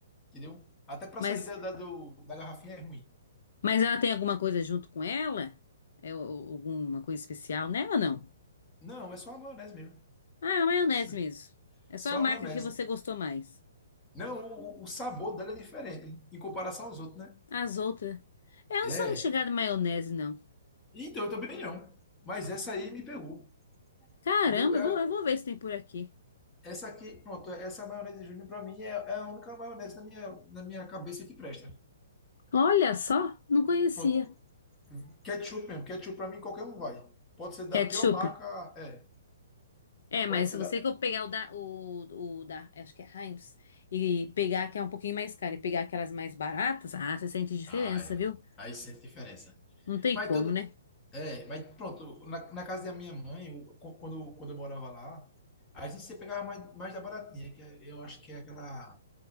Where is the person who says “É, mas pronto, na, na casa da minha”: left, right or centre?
Left